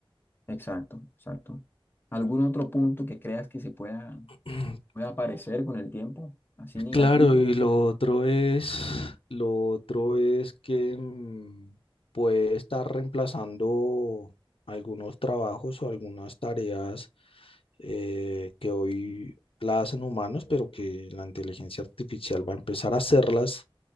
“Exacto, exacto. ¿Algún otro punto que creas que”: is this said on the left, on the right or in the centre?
Left